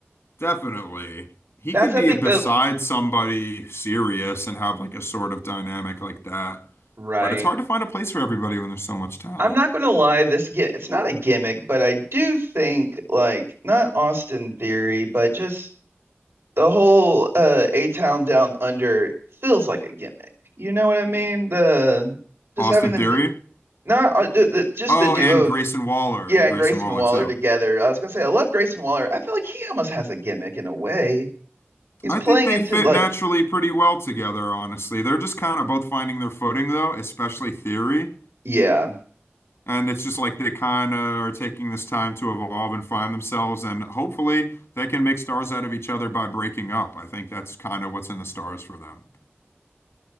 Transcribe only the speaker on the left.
Definitely. He
could
be
beside
somebody serious and have like a sort of dynamic like that.
But it's hard to find a place for everybody when there's so much talent.
Austin
Theory?
Oh,
and
Grayson Waller
and
Grayson
Waller
too.
I
think they
fit
naturally pretty well together, honestly. They're just kind of both finding their footing though, especially Theory.
And it's just like they kind of are taking this time to evolve and find themselves, and hopefully they can make stars out of each other by breaking up. I think that's kind of what's in the stars for them.